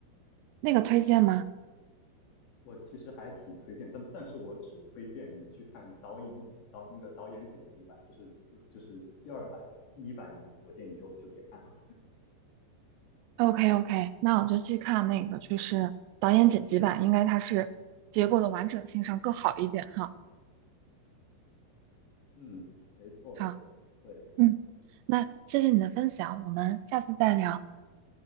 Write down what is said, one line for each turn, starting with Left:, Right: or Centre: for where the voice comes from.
Right: 那个推荐吗
Left: 我其实还挺推荐，但但是我只推荐你去看导演导那个导演剪辑版，就是就是第二版，第一版我建议你就就别看了。
Right: ？OK OK，那我就去看那个，就是导演剪辑版，应该它是结构的完整性上更好一点哈。
Left: 嗯，没错，
Right: 好，
Left: 对，
Right: 嗯，那谢谢你的分享，我们下次再聊，